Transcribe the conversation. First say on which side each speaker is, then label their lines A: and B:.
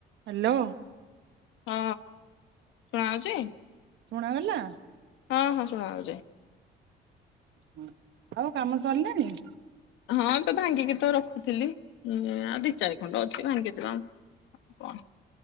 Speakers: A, on the right (about 70°); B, on the left (about 85°).
A: Hello.
B: ହଁ ଶୁଣା ଯାଉଛି?
A: ଶୁଣା ଗଲା?
B: ହଁ ହଁ ଶୁଣା ଯାଉଛି।
A: ହ ଆଉ କାମ ସରିଲାଣି?
B: ହଁ ତ ଭାଙ୍ଗିକି ତୋର ଥିଲି ଆ ଦି ଚାରି ଖଣ୍ଡ ଅଛି ଭାଙ୍ଗିଦେବା କଣ